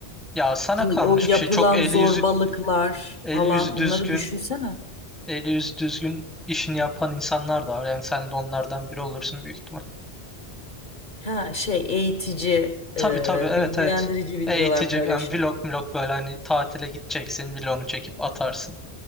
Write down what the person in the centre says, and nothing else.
Ya sana
kalmış
bir şey. Çok eli
yüzü eli
yüzü düzgün,
eli yüzü düzgün işini yapan insanlar da var. Yani sen de onlardan biri olursun büyük ihtimal.
Tabii
tabii evet
evet.
Eğitici
yani vlog vlog böyle hani tatile gideceksin vlogunu çekip atarsın.